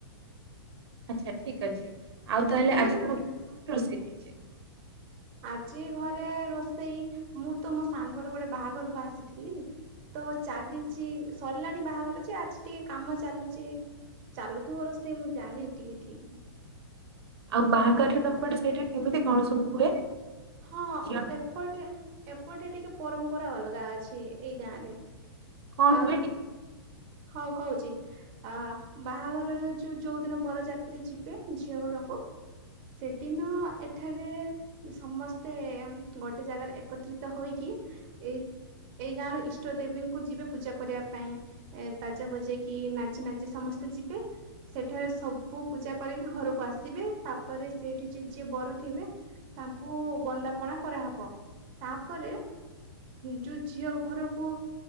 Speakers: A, on the right; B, on the right.
A: ଆଚ୍ଛା ଠିକ ଅଛି ଆଉ ତାହେଲେ
B: କିନ୍ତୁ
A: ଆଜି କଣ ତ ରୋଷେଇ ହେଇଛି?
B: ଆଜି ଘରେ ରୋଷେଇ ମୁଁ ତ ମୋ ସାଙ୍ଗର ଗୋଟେ ବାହାଘରକୁ ଆସିଥିଲି। ତ ଚାଲିଚି
A: ଆଚ୍ଛା।
B: ସରିଲାଣି ବାହାଘର ଯେ ଆଜି ଟିକେ କାମ ଚାଲିଛି ଚାଲୁଥିବ ରୋସେଇ ମୁଁ ଜାଣିନି ଟିକେ ଠିକରେ
A: ଆଉ ବାହାଘରରେ ତମ ପଟେ ସେଇଟା କେମିତି କଣ ସବୁ ହୁଏ।
B: ହଁ
A: ଝିଅ
B: ଏପଟେ ଏପଟେ ଟିକେ ପରମ୍ପରା ଅଲଗା ଅଛି ଏଇ ଗାଁ ରେ।
A: କଣ
B: ଆ
A: ହୁଏ ଟି
B: ହଁ କହୁଛି ଅ ବାହାଘରର ଯୋଉ ଯୋଉ ଦିନ ବର ଯାତ୍ରୀ ଯିବେ ଝିଅ ଘର ସେଦିନ ଏଠାରେ ସମସ୍ତେ ଗୋଟେ ଜାଗାରେ ଏକତ୍ରିତ ହୋଇକି ଏ ଏଇ ଗାଁ ର ଇଷ୍ଟ ଦେବୀଙ୍କୁ ଯିବେ ପୂଜା କରିବା ପାଇଁ। ଏ ବାଜା ବଜେଇ କିି ନାଚି ନାଚି ସମସ୍ତେ ଯିବେ। ସେଠାରେ ସବୁ ପୂଜା କରିକି ଘରକୁ ଆସିବେ ତାପରେ ସେଇଠି ଯ ଯିଏ ବର ଥିବେ। ତାଙ୍କୁ ବନ୍ଦାପଣା କରାହେବ ତାପରେ ଯୋଉ ଝିଅ ଘରକୁ